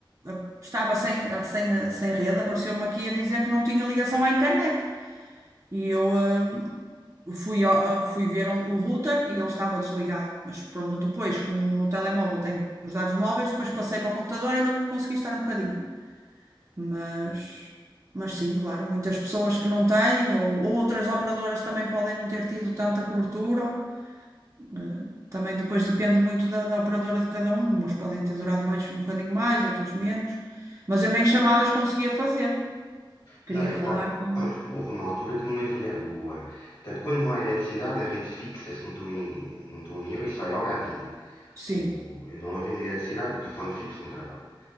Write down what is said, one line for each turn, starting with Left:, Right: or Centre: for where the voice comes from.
Right: eh, estava sem, a- sem, a- sem rede, apareceu-me aqui a dizer que não tinha ligação à internet. E eu hum, fui, ao- fui ver um- o router e ele estava desligado. Mas pronto, depois, como no telemóvel tenho os dados móveis, depois passei para o computador e ainda consegui estar um bocadinho. Mas, mas sim, claro, muitas pessoas que não têm, ou, ou outras operadoras também podem não ter tido tanta cobertura. Eh, Também depois depende muito da, da operadora de cada um. Umas podem ter durado mais, um bocadinho mais, outras menos. Mas eu nem chamadas conseguia fazer. Queria
Left: Não, epá,
Right: falar com.
Left: houve uma altura que não havia. O, ah, portanto, quando não há eletricidade, a rede fixa, se não estou em, não estou em erro, isso vai logo à vida.
Right: Sim,
Left: O, não havendo eletricidade, o telefone fixo não trabalha.